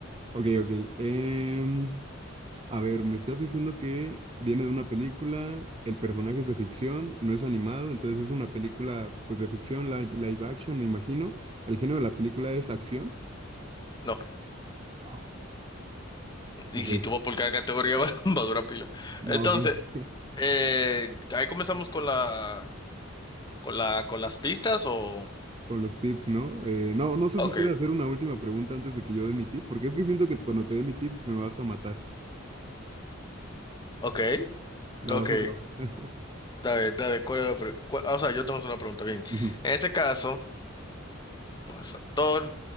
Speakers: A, on the right; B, on the left.
A: Ok, ok. em, a ver, me estás diciendo que viene de una película, el personaje es de ficción, no es animado, entonces es una película pues de ficción, live, live action, me imagino. El género de la película es acción.
B: No,
A: Oh,
B: y
A: ok.
B: si tú vas por cada categoría <laughs> va, va a durar pila.
A: No,
B: Entonces,
A: sí.
B: eh, ahí comenzamos con la, con la, con las pistas o...
A: con los tips, ¿no? Eh, no, no sé
B: Ok,
A: si quieres hacer una última pregunta antes de que yo dé mi tip, porque es que siento que cuando te dé mi tip me vas a matar,
B: ok,
A: la
B: ok.
A: vas a saber.
B: Dale, dale, ¿cuál es la pre- cuál- ah, o sea, yo tengo una pregunta, bien.
A: Ujú.
B: En ese caso, no es actor.